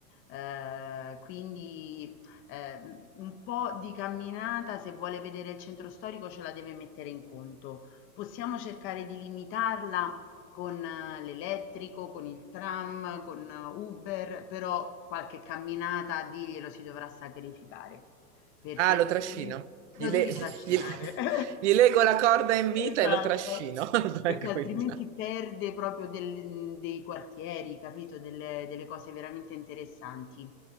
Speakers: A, on the left; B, on the right.
A: Eh, quindi eh, un po' di camminata se vuole vedere il centro storico ce la deve mettere in conto. Possiamo cercare di limitarla con eh, l'elettrico, con il tram, con eh, Uber, però qualche camminata diglielo si dovrà sacrificare perché
B: Ah, lo trascino.
A: altrimenti lo
B: Gli, le-
A: devi trascinare.
B: gli-
A: <laughs>
B: gli lego la corda in vita
A: Esatto,
B: e lo trascino, <laughs> tranquilla.
A: perché altrimenti perde proprio del dei quartieri, capito, delle delle cose veramente interessanti.